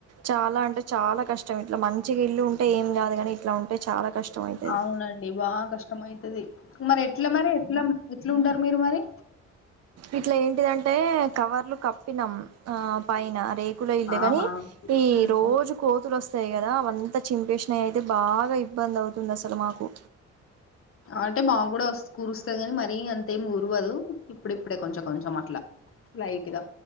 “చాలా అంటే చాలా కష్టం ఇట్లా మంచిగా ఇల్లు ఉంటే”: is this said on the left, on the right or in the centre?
Right